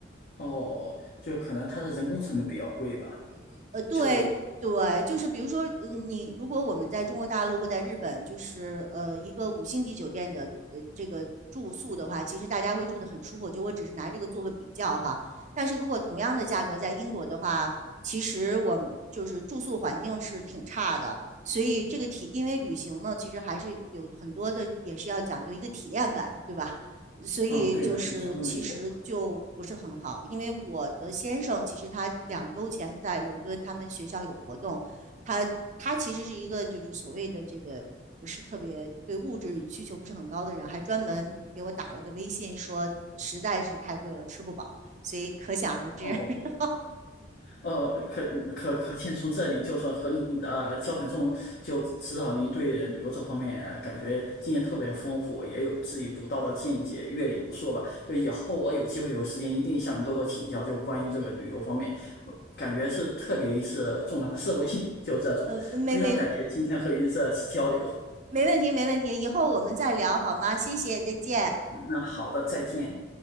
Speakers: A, on the left; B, on the right.
A: 哦，就可能它的人工成本比较贵吧？
B: 呃，对对，
A: 就
B: 就是比如说，嗯，你如果我们在中国大陆或在日本，就是呃一个五星级酒店的呃这个住宿的话，其实大家会住得很舒服。就我只是拿这个做个比较哈。但是如果同样的价格在英国的话，其实我们就是住宿环境是挺差的。所以这个体，因为旅行嘛，其实还是有很多的，也是要讲究一个体验感，对吧？所以就是其实就不是很好，
A: 哦对的，你说的没错。
B: 因为我的先生其实他两周前在伦敦，他们学校有活动，他他其实是一个就是所谓的这个不是特别对物质需求不是很高的人，还专门给我打了个微信说实在是太贵了，吃不饱，所以可想而知，
A: 哦
B: <laughs>
A: 呃，可可可见，从这里就说和您呃交谈中就知道您对旅游这方面呃感觉经验特别丰富，也有自己独到的见解，阅历无数吧。就以后我有机会有时间，一定向你多多请教，就关于这个旅游方面，感觉是特别一次重大的 <laughs> 受益，就这种，
B: 呃，没没
A: 非常感谢今天和您这次交流。
B: 没问题没问题，以后我们再聊好吗？谢谢，再见。
A: 嗯，那好的，再见。